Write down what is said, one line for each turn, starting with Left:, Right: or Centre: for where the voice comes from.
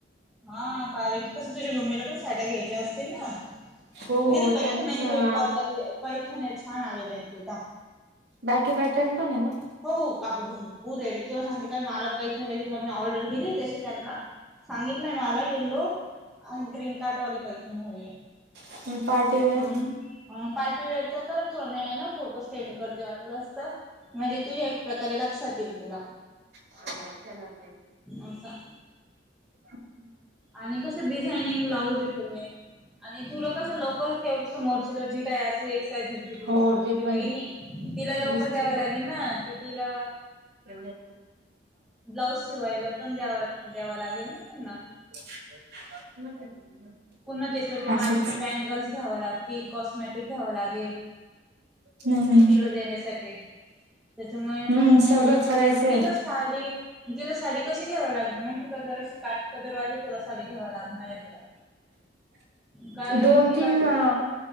Centre: हा कारण की कसं तुझ्या मम्मीला पण साड्या घ्यायच्या असतील ना.
Right: हो
Centre: तिथ पैठण
Right: त्यांचा
Centre: आहेि पैठण आहे छान आलेले आहे तिथ.
Right: बाकी पॅटर्न पण आहे का?
Centre: हो का भरपूर आहे मी तुला सांगते काय मला पैथजे म मी ऑर्डर दिली तशी त्यांना सांगितलंय मला यल्लो गन कार्ड वाली परैक्षानी होई आहे
Right: का पार्टीवेअर.
Centre: अम पार्टीवेअरच कर थोडं मी आहे ना फोटो सेंड करते वाटलं अस तर. म्हणजे तुझ्या एक प्रकारे लक्षात येईल तुला.
Right: हम् चलक
Centre: असं
Right: <inaudible>
Centre: आणि कसं डिझाइनिंग ब्लाऊज आहे पुर्णे आणि तुला कसं लवकर ते समोरची जी काय अस एइज तू
Right: हो
Centre: समज
Right: ते
Centre: तुझी
Right: पण
Centre: वहिणी
Right: आहे
Centre: तिला लवकर
Right: वीसच
Centre: द्यावं लागेल ना कि तिला
Right: ते
Centre: ब्लाऊज शिवायला पण द्यावा द्याव लागेल ना पणना
Right: <unintelligible>
Centre: पुनण त्याच्यावरती मॅचिंग
Right: असंच
Centre: बँगल्स घ्याव लागतील कॉस्मॅटिक घ्यावं लागेल.
Right: नाही नाही.
Centre: तिला देण्यासाठी. त्याच्यामुळे
Right: हम्म
Centre: मग
Right: सगळंच करायचंय
Centre: तिला साडी तिला साडी कशी घ्यावावी लागणार माहिती का जरा शी काटपदर वाली तुला साडी घ्यावा लागणार आहे तिला
Right: <inaudible>
Centre: कारण
Right: दोन
Centre: की
Right: तीन
Centre: काटपदर
Right: अ